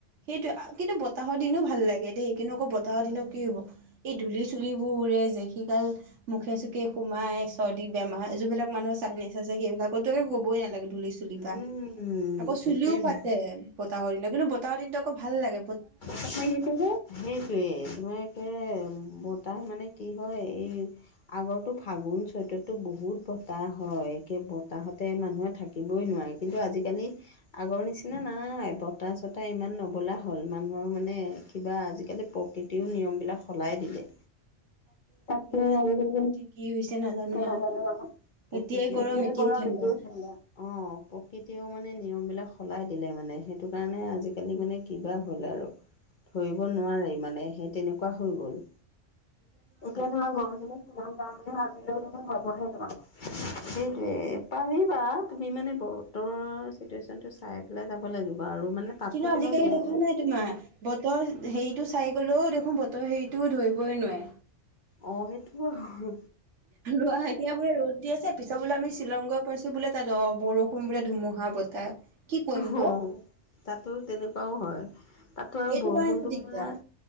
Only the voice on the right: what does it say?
সেইটো কিন্তু বতাহৰ দিনো ভাল লাগে দেই কিন্তু আকৌ বতাহৰ দিনত কি হ'ব এই ধূলি চুলিবোৰ উৰে যে সেইগাল মুখে চুকে সোমাই চৰ্দি বেমাৰ যোন বিলাক মানুহ চাইনাজ আছে সেইবিলাকতো ক'বই নালাগে ধূলি চুলি
কিবা আকৌ চুলিও
ফাতে, বতাহৰ দিনত কিন্তু বতাহৰ দিনতটো আকৌ ভাল লাগে।
জানো
প্ৰকৃতি কি হৈছে নাজানো
আৰু
এতিয়াই
গৰম
এতিয়াই ঠাণ্ডা
কিন্তু আজিকালি
দেখা নাই তোমাৰ বতৰ হেৰিটো চাই গলেও দেখোন বতৰ হেৰিটো ধৰিবই নোৱাৰে।
ৰোৱা এতিয়া বোলে ৰ'দ দি আছে। পিছত বোলে আমি শ্বিলংগৈ পাইছো বোলে তাত অ' বৰষুণ বোলে ধুমুহা বতাহ। কি কৰিম
ক
এইটো
কাৰণেতো দিগদাৰ